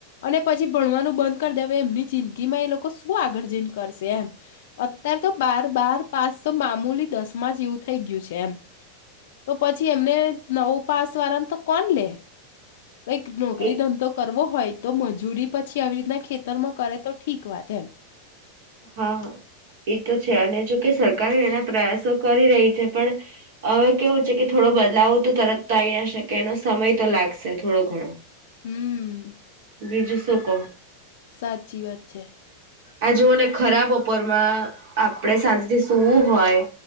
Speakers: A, on the left; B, on the right.
A: અને પછી ભણવાનું બંધ કરી દેવા એમની જિંદગીમાં એ લોકો શું આગળ જઈને કરશે એમ. અત્યારે તો બાર બાર પાસ તો મામુલી દસ માં જ એવું થઈ ગયું છે એમ. તો પછી એમને નવ પાસ વાળાને તો કોણ લે? કંઈક નોકરી
B: એ
A: ધંધો કરવો હોય તો મજૂરી પછી આવી રીતના ખેતરમાં કરે તો ઠીક વાત એમ.
B: હા એ તો છે અને જોકે સરકાર એના પ્રયાસો કરી રહી છે પણ હવે કેવું છે કે થોડો બદલાવ તો તરત તો આવીઈ ના શકે એનો સમય તો લાગશે થોડો ઘણો.
A: હમ્મ.
B: બીજું શું કો?
A: સાચી વાત છે.
B: આ જોઓને ખરાબ ઉપર માં આપણેે શાજથી સુવું હોય